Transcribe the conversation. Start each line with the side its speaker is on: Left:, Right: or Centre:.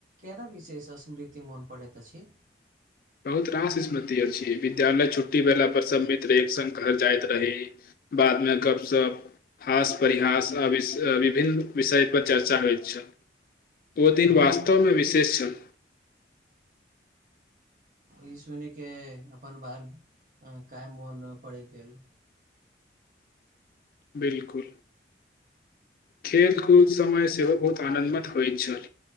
Right: केना विशेष स्मृति मोन पड़ैत अछि
Left: <inaudible> बहुत रास स्मृति अछि विद्यालय छुट्टी भेला पर सभ मित्र एक संग घर जाइत रही बादमे गपशप हास परिहास आ वि विभिन्न विषयपर चर्चा होइत छल ओ दिन
Right: हँ,
Left: वास्तवमे विशेष छल
Right: ई सुनि के अपन बाल काय मोन पड़य गेल
Left: <inaudible> बिल्कुल खेल
Right: तऽ
Left: कूद
Right: ठीक,
Left: समय सेहो बहुत आनन्दमत होइत छल